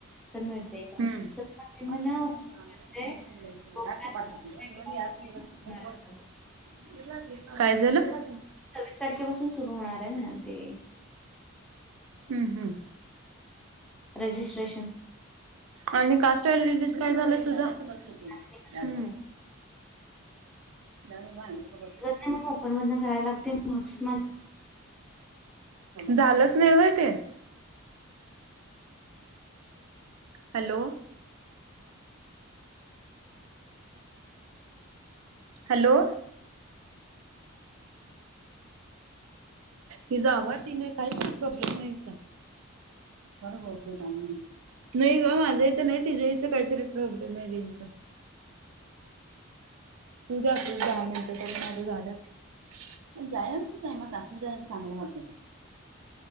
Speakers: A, in the centre; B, on the right (about 75°).
A: तर मिळते काय
B: हूं <unintelligible>
A: सर म्हणले म्हण मिळते बघूया आता सव्वीस तारखेपासून होणार आहे बघ.
B: काय झालं?
A: चोवीस तारखेपासून सुरू होणार ये म्हणालते
B: हम्म हूं
A: रजिस्ट्रेशन
B: आणि कास्ट वेलीडीस काय झालंय तुझ हूं
A: माझं निघतच नाही
B: झाली <unintelligible>
A: हे होत नाय म ओपन मधना कराला लागते माक्स मा
B: झालंच नाय व्हय ते हॅलो हॅलो हिचा आवाज ये ना कायतरी प्रॉब्लेम हाय हिचा <unintelligible> चांगली नाय ग माझ्या इथं नाय तिज्या इथं कायतरी प्रॉब्लेम हाय रेंजचा होऊदे असच दहा मिनिटं त्यानं माझं झालं जायांच टायमात असं जायला चांगलं वाटत नाय